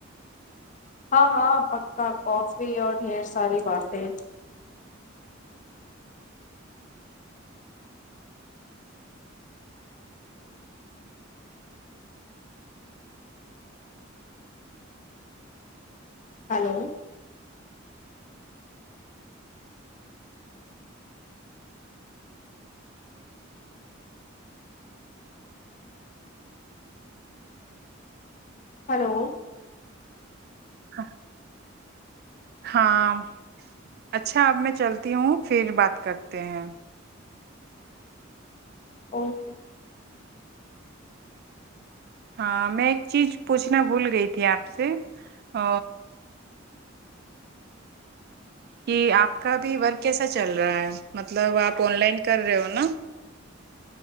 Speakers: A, on the left; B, on the right.
A: ہاں ہاں پکا کافی اور ڈھیر ساری باتیں ہلو ہلو
B: ہاں ہاں اچھا اب میں چلتی ہوں پھر بات کرتے ہیں
A: اوکے
B: ہاں میں ایک چیز پوچھنا بھول گئی تھی آپ سے ا کہ آپ کا بھیھی ورک کیسا چل رہا ہے مطلب آپ آن لائن کر رہے ہو نا